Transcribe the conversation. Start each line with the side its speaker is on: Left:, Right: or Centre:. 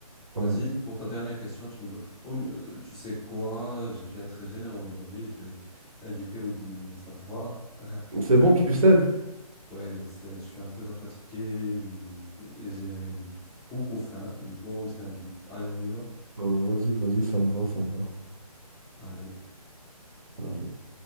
Centre: Vas-y,
Right: Ouais.
Centre: pour ta dernière question, tu me dois... Oh, euh, tu sais quoi? Je vais être généreux aujourd'hui, je vais t'inviter au dîner, ça te va? <laughs>
Right: C'est bon, tu cèdes?
Centre: Ouais, je sais, je suis un peu fatigué, et j'ai beaucoup faim, du coup, je t'invite. Allez, on y va?
Right: Bah, vas-y, vas-y, ça me va, ça me
Centre: Allez.
Right: va.